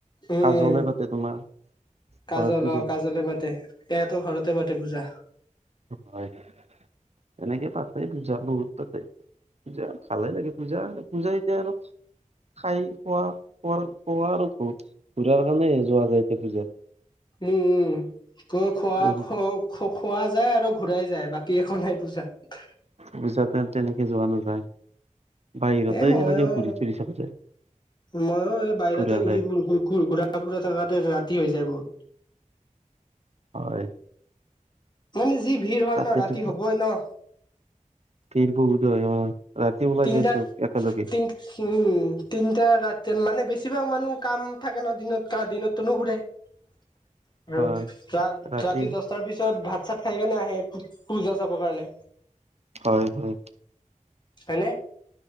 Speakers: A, on the left (about 35°); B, on the right (about 50°).
A: উম,
B: কাজলে পাতে তোমাৰ
A: কাজল
B: ঘৰত পূজা
A: অ' কাজলে পাতে সিহত ঘৰতে পাতে। তে পূজা।
B: হয় তেনেকে পাতে পূজা বহুত পাতে। পূজা ভালে লাগে পূজা। পূজা এতিয়া আৰু খাই খোৱা কোৱা কোৱা আৰু ঘূৰাৰ কাৰণে যোৱা যায় এতিয়া পূজাত।
A: উম উম। কৈ খোৱা
B: এই
A: খ খোৱা যায় আৰু ঘূৰাই যায় বাকী একো নাই পূজাত।
B: পূজাত এ তেনেকে যোৱা নাযায়। বাহিৰতে
A: এ মই
B: এনেকে
A: ও
B: ঘূৰি চুৰি থকা যায়
A: মইও এই বাহিৰতে
B: ঘূৰা
A: ঘূৰি।
B: যায়
A: <unintelligible> ঘূৰা-ফুৰা থাকাতে ৰাতি হৈ যায় বহুত।
B: হয়
A: মানে যি ভিৰ হয়
B: তাকেতো
A: ন ৰাতি হবই ন।
B: ভীৰ বহুত হয়, অ ৰাতি ওলাই
A: তিনটা
B: যাই চব একেলগে।
A: তিন উম তিনটা ৰাতি মানে বেছিভাগ মানুহ কাম থাকে ন দিনত দিনততো নোঘূৰে। <inaudible> আৰু
B: হয়
A: ৰা-ৰাতি
B: ৰাতি
A: দহটাৰ পিছত ভাত চাত খাই কেনে আহে পূ-পূজা চাবৰ কাৰণে।
B: হয় হয়।
A: হয়নে?